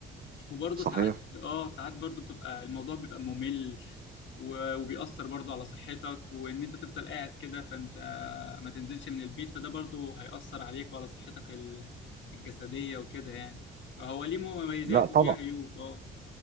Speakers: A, on the left; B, on the right.
A: وبرضو
B: صحيح
A: ساعات اه ساعات برضو بتبقى الموضوع بيبقى ممل و- وبيأثر برضو على صحتك وان انت تفضل قاعد كده فانت ما تنزلش من البيت فده برضو هيأثر عليك وعلى صحتك ال- الجسدية وكده يعني فهو ليه مميزات
B: لا طبعا
A: وليه عيوب اه